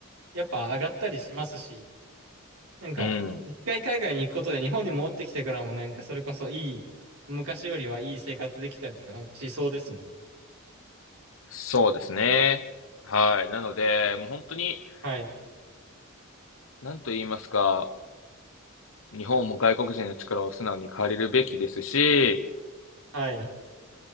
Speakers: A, on the right; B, on the left.
A: やっぱ上がったりしますし、なんか一回海外に行くことで日本に戻ってきてからもなんかそれこそいい、
B: うん。
A: 昔よりはいい生活できたりとかなんかしそうですね。
B: そうですね。はい。なので、もう本当に、
A: はい、
B: なんと言いますか、日本も外国人の力を素直に借りるべきですし、
A: はい、